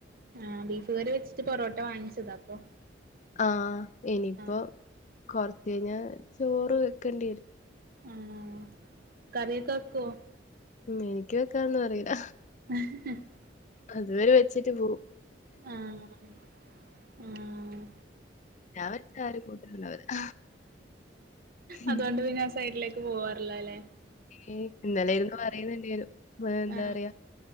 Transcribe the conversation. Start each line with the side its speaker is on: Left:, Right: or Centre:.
Right: ആഹ് ബീഫ് കറി വെച്ചിട്ട് പൊറോട്ട വാങ്ങിച്ചതാ അപ്പൊ.
Left: ആഹ് ഇനിയിപ്പോ
Right: ആ
Left: കൊറച്ച് കഴിഞ്ഞാ ചോറ് വെക്കേണ്ടി വരും.
Right: ആഹ് കറിയൊക്കെ വെക്കുവോ?
Left: ഉ എനിക്ക് വെക്കാനൊന്നും അറിയില്ല.
Right: <unintelligible>
Left: അതുവരെ വെച്ചിട്ട് പോ
Right: ആഹ് ആഹ്
Left: ഞാൻ വച്ചാ ആരും കൂട്ടത്ത്ണ്ടാവ്‌ല്ല
Right: അതുകൊണ്ട്
Left: ഉം
Right: പിന്നെ സൈഡ്ലേ ക്ക് പോവാറ്ല്ലലേ
Left: ഉം ഇന്നെലെയിര്ന്ന് പറയ്ന്ന്ണ്ടേരു എന്താ
Right: ആ
Left: പറയാ